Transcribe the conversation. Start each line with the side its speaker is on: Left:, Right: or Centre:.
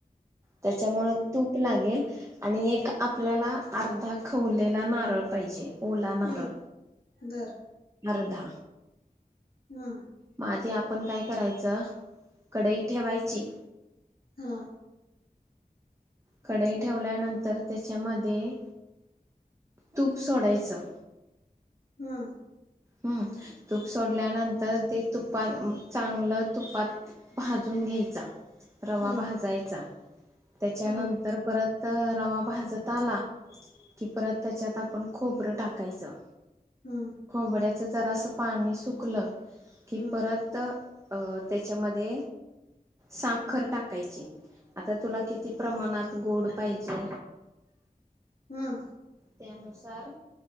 Right: त्याच्यामुळे तूप लागेल. आणि एक आपल्याला अर्धा खवलेला नारळ पाहिजे. ओला नारळ,
Left: हम्म बर,
Right: अर्धा,
Left: हम
Right: मग आधी आपण काय करायचं कडई ठेवायची.
Left: हा
Right: कढाई ठेवल्यानंतर त्याच्यामध्ये तूप सोडायचं.
Left: हम्
Right: हम्म तूप सोडल्यानंतर ते तुपात चांगलं तुपात भाजून घ्यायचा. रवा
Left: हम्म
Right: भाजायचा. त्याच्यानंतर
Left: हम्म
Right: परत तर रवा भाजत आला की, परत त्याच्यात आपण खोबरं टाकायचं.
Left: हम
Right: खोबर्याच जरा असं पाणी सुकलं की
Left: हम्म
Right: परत, अ त्याच्यामध्ये साखर टाकायची, आता तुला किती प्रमाणात गोड पाहिजे.
Left: हम
Right: त्यानुसार